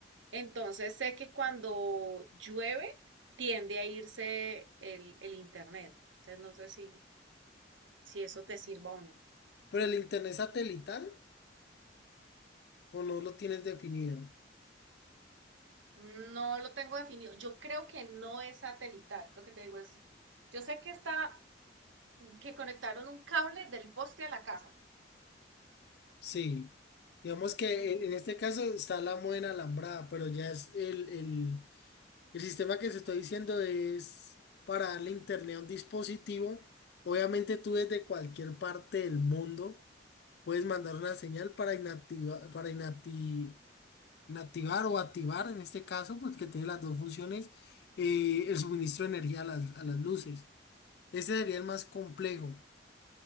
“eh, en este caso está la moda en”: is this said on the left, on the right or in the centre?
Left